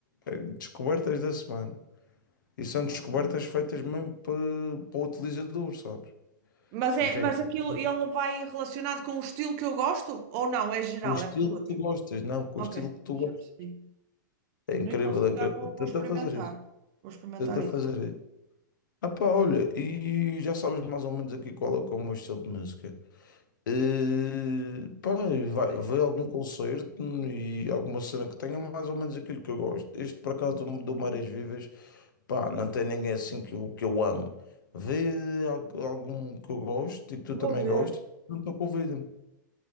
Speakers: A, on the left; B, on the right.
A: é descobertas da semana. E são
B: Ok.
A: descobertas feitas mesmo para, para o utilizador, sabes?
B: Mas, é,
A: E já
B: mas
A: encontrei
B: aquilo, ele vai relacionado com o estilo que eu gosto? Ou não? É geral,
A: com o estilo
B: é para todos.
A: que tu gostas, não, com
B: Ok,
A: o estilo que tu
B: já
A: gostas.
B: percebi.
A: É incrível,
B: Então, se
A: é incrível.
B: calhar vou, vou
A: Tenta
B: experimentar.
A: fazer isso,
B: Vou experimentar
A: tenta fazer
B: isso.
A: isso. Ah pá, olha, e já sabes mais ou menos aqui qual é, que é o meu estilo de música. Eh, pá, e vai,
B: Sim.
A: vai algum concerto e alguma cena que tenha mais ou menos aquilo que eu gosto. Este, por acaso, do, do Marés Vivas, pá, não tem ninguém assim que eu, que eu amo. Vê al- algum que eu gosto e que tu também
B: Vou ver.
A: gostes, não estou convido